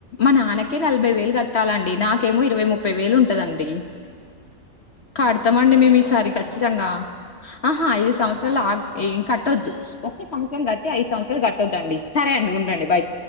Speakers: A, on the left (about 50°); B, on the right (about 30°).
A: మా నాన్నకే నలభై వేలు గట్టాలండి నాకేమొ ఇరవై ముప్పై వేలు ఉంటదండి కడతామండి
B: ఉమ్ ప్రతి
A: మేము
B: సంవత్సరమా
A: ఈసారి ఖచ్చితంగా ఆహా ఐదు సంవత్సరాలు
B: సంవత్సరమా
A: ఆగ్ ఏం కట్టొద్దు ఒక్క సంవత్సరం గట్టి ఐదు సంవత్సరాలు గట్ వద్దండి సరే అండి ఉండండి బాయ్